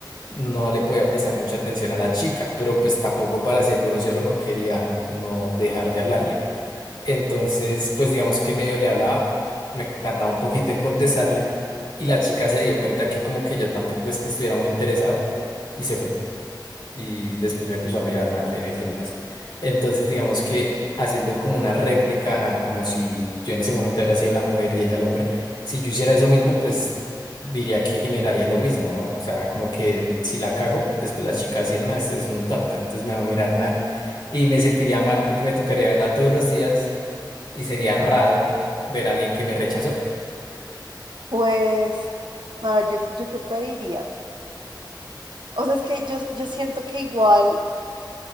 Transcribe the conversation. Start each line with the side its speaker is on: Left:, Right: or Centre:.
Left: no le podía prestar mucha atención a la chica, pero pues tampoco para ser grosero no quería no dejar de hablarle. Entonces, pues digamos que medio le hablaba, me tardaba un poquito en contestarle y la chica se dio cuenta que como que yo tampoco es que estuviera muy interesado y se fue. Y después me empezó a mirar
Right: sí.
Left: mal en el gimnasio. Entonces, digamos que haciendo como una réplica, a como si yo en ese momento hubiera sido la mujer y ella el hombre, si yo hiciera eso mismo, pues diría que generaría lo mismo, ¿no? O sea, como que si la cago, después la chica va a decir, no, este es un tonto, entonces me va a mirar mal y me sentiría mal porque me tocaría verla todos los días y sería raro ver a alguien que me rechazó.
Right: Pues, a ver, yo, yo qué te diría. O sea, es que yo, yo siento que igual